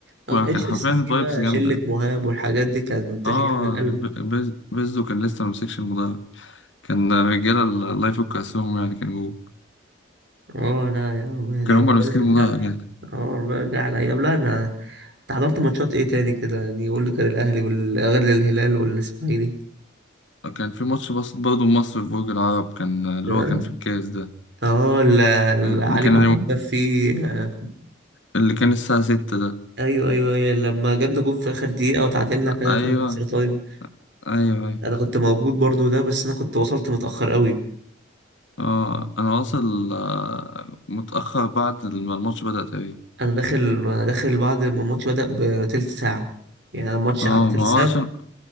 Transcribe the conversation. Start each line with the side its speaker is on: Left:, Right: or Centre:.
Right: أنا
Left: كنا-
Right: ما كانش
Left: كان حرفيا
Right: لسه في
Left: فايبس
Right: بقى
Left: جامده
Right: شله
Left: يعني
Right: مهاب والحاجات دي كان تشجيع
Left: اه
Right: من القلب
Left: ب- بيز- بيزو كان لسه ممسكش المدرج كان رجاله الله يفك اسرهم يعني كان جوه
Right: اه لا يا عم يعني
Left: كانوا
Right: ربنا
Left: هما اللي ماسكين
Right: يرجع
Left: المدرج
Right: لي
Left: يعني
Right: اه ربنا يرجع لي ايام لا انا انت حضرت ماتشات ايه تاني كده يعني قول لي كان الاهلي وال... غير الهلال والاسماعيلي
Left: كان في ماتش بس برضه مصر في برج العرب كان اللي
Right: اه
Left: هو كان في الكاس ده
Right: آه، ال- العلي
Left: اللي كان
Right: معلول ده فيه آه،
Left: اللي كان الساعة ستة ده
Right: ايوه ايوه ايوه لما جبنا جون في اخر دقيقه وتعادلنا كده
Left: أيوة
Right: خلينا اكسترا تايم
Left: ايوه ايوه
Right: انا كنت موجود برضو ده بس انا كنت وصلت متاخر قوي
Left: اه انا واصل آه، متأخر بعد ما الماتش بدأ تقريبا
Right: انا داخل انا داخل بعد ما الماتش بدا بتلت ساعه يعني أنا الماتش
Left: اه
Right: قعد تلت
Left: ما
Right: ساعه
Left: هو عشان